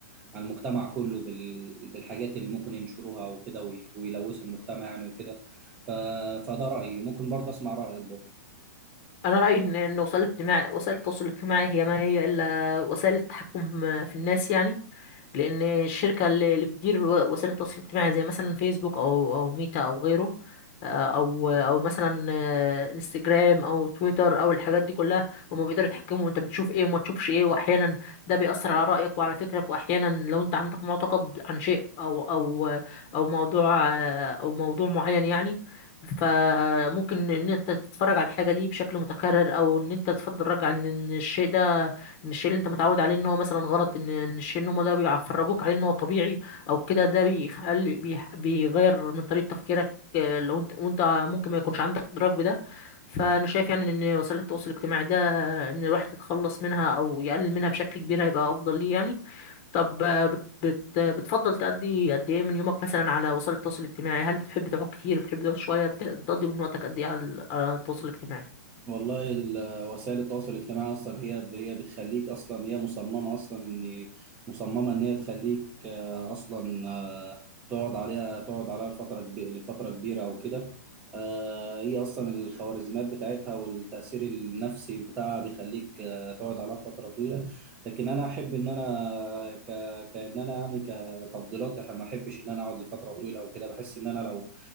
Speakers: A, on the right (about 15°); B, on the left (about 30°).
A: على المجتمع كله بال- بالحاجات اللي ممكن ينشروها وكده وي- ويلوثوا المجتمع يعني وكده ف- فده رأيي ممكن برضه أسمع رأيك برضه
B: انا رايي ان إن وسائل الاجتماع وسائل التواصل الاجتماعي هي ما هي الا وسائل التحكم في الناس يعني لان الشركه اللي اللي بتدير و- وسائل التواصل الاجتماعي زي مثلا فيسبوك او او ميتا او غيره آه، او او مثلا آه، انستجرام او تويتر او الحاجات دي كلها هما بيقدروا يتحكموا انت بتشوف ايه وما تشوفش ايه واحيانا ده بيأثر على رأيك وعلى فكرك واحيانا لو انت عندك معتقد عن شيء او او او موضوع آه، او موضوع معين يعني فممكن ان انت تتفرج على الحاجة دي بشكل متكرر او ان انت تفضل رجع ان إن الشيء ده ان الشيء اللي انت متعود عليه ان هو مثلا غلط ان إن الشيء ان هم ده بيفرجوك عليه ان هو طبيعي او كده ده بيخلي بيح- بيغير من طريقة تفكيرك آه، لو انت وانت ممكن ما يكونش عندك ادراك بده فانا شايف يعني ان وسائل التواصل الاجتماعي ده آه، ان الواحد يتخلص منها او يقلل منها بشكل كبير هيبقى افضل ليه يعني طب آه، بت بت بتفضل تقضي قد ايه من يومك مثلا على وسائل التواصل الاجتماعي هل بتحب تقعد كتير بتحب تقعد شوية بت- بتقضي من وقتك قد ايه على على التواصل الاجتماعي
A: والله ال- وسائل التواصل الاجتماعي اصلا هي هي بتخليك اصلا هي مصممه اصلا ان مصممه ان هي تخليك آه، اصلا آه، تقعد عليها تقعد عليها لفتره كبي- لفتره كبيره او كده آه، هي اصلا الخوارزميات بتاعتها والتاثير النفسي بتاعها بيخليك آه، تقعد عليها فتره طويله لكن انا احب ان انا ك كان انا يعني كتفضيلات انا ما احبش ان انا اقعد لفتره طويله او كده بحس ان انا لو